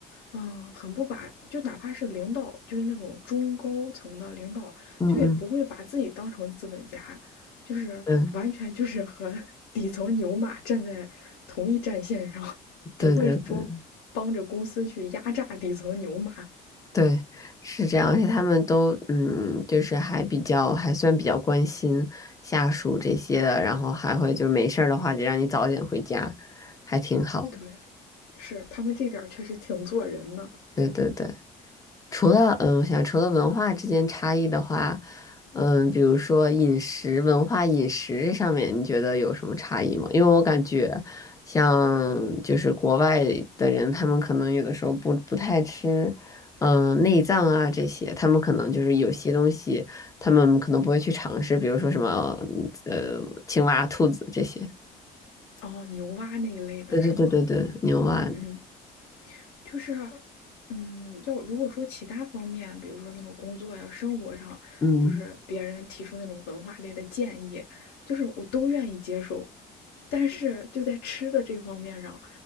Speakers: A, on the left; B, on the left.
A: 嗯，很不把，就哪怕是领导，就是那种中高层的领导，
B: 嗯嗯
A: 就也不会把自己当成资本家，就是完全就是和
B: 嗯，
A: <laughs> 底层牛马站在同一战线上，不会说帮着公司去压榨底层牛马。
B: 对对对。对，是这样，而且他们都嗯，就是还比较还算比较关心下属这些的，然后还会就是没事儿的话就让你早点回家，还挺好。
A: 对，是他们这点儿确实挺做人的。
B: 对对对，除了嗯，我想除了文化之间差异的话，嗯，比如说饮食文化、饮食这上面，你觉得有什么差异吗？因为我感觉像就是国外的人，他们可能有的时候不不太吃，嗯，内脏啊这些，他们可能就是有些东西，他们可能不会去尝试，比如说什么呃青蛙、兔子这些。
A: 哦，牛蛙那一类的是吗？
B: 对对对对对，牛蛙，
A: 嗯。就是，嗯，要如果说其他方面，比如说那种工作呀、生活上，
B: 嗯
A: 就是别人提出那种文化类的建议，就是我都愿意接受。但是就在吃的这方面上，